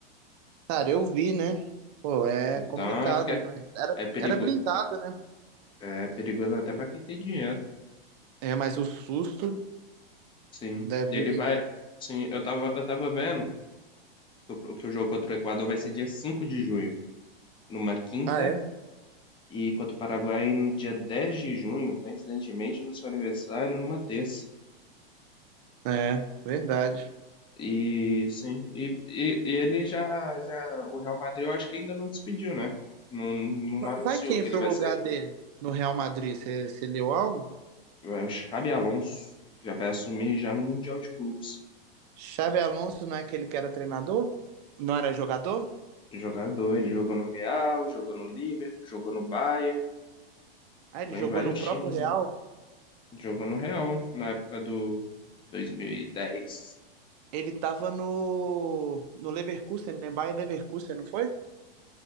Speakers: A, on the right; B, on the left.
A: Cara, eu vi, né? Pô, é
B: Então,
A: complicado,
B: acho que é,
A: mas era,
B: é, perigo,
A: era blindado, né?
B: é, é perigoso até pra quem tem dinheiro.
A: É, mas o susto
B: Sim.
A: deve.
B: Ele vai. Sim, eu tava, eu tava vendo que o, que o jogo contra o Equador vai ser dia 5 de junho, numa quinta,
A: Ah, é?
B: e contra o Paraguai no dia 10 de junho, coincidentemente, no seu aniversário, numa terça.
A: É, verdade.
B: E sim, e, e, e ele já, já, o Real Madrid eu acho que ainda não despediu, né? Não, não anunciou
A: Vai quem
B: que
A: pro
B: ele vai
A: lugar
B: sair.
A: dele no Real Madrid? Você leu algo?
B: Vai O Xabi Alonso já vai assumir já no Mundial de Clubes.
A: Xabi Alonso não é aquele que era treinador? Não era jogador?
B: Jogador, ele jogou no Real, jogou no Liverpool, jogou no Bayern,
A: Ah,
B: jogou
A: ele jogou
B: em vários
A: no próprio
B: times,
A: Real.
B: né? Jogou no Real na época do 2010.
A: Ele tava no, no Leverkusen, né? Bayer Leverkusen, não foi?